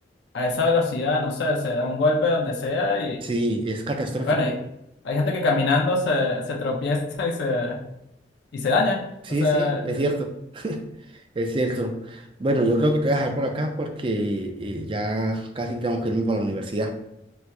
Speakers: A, on the left; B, on the right.
A: a esa velocidad, no sé, se da un golpe donde sea
B: sí, es catastrófico.
A: Bueno, hay, hay gente que caminando se, se tropieza y se, y se daña.
B: Sí,
A: O sea,
B: sí, es cierto. <laughs> Es cierto. Bueno, yo creo que te voy a dejar por acá porque eh, ya casi tengo que irme para la universidad.